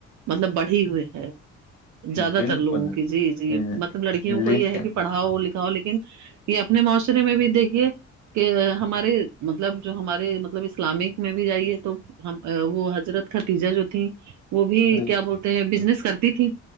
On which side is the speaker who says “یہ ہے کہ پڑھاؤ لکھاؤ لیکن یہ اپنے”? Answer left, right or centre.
Right